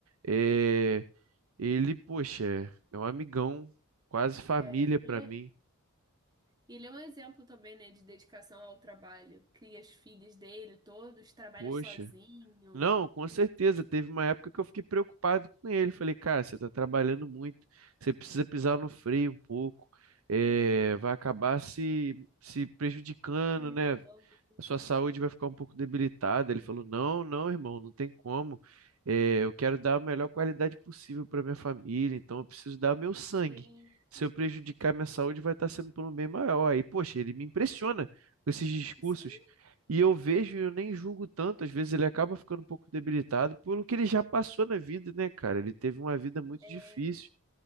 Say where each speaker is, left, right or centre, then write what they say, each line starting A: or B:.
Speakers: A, on the right; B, on the right.
A: É, ele, poxa, é um amigão, quase família
B: é, e
A: pra
B: ele é,
A: mim,
B: e ele é um exemplo também, né, de dedicação ao trabalho. Cria as filhas dele, todos, trabalha
A: poxa.
B: sozinho,
A: Não, com certeza. Teve uma época que eu fiquei preocupado com ele. Falei, cara, você está trabalhando muito, você precisa pisar no freio um pouco, eh, vai acabar se, se prejudicando,
B: prejudicando.
A: né? a sua saúde vai ficar um pouco debilitada. Ele falou: Não, não, irmão, não tem como. Eh, eu quero dar a melhor qualidade possível para minha família, então eu preciso dar meu sangue.
B: Sim,
A: Se
B: sim,
A: eu prejudicar minha saúde, vai estar sendo por um bem maior. Aí, poxa, ele me impressiona com esses discursos.
B: sim,
A: E eu vejo e eu nem julgo tanto. Às vezes ele acaba ficando um pouco debilitado pelo que ele já passou na vida, né, cara? Ele teve uma vida muito
B: é,
A: difícil.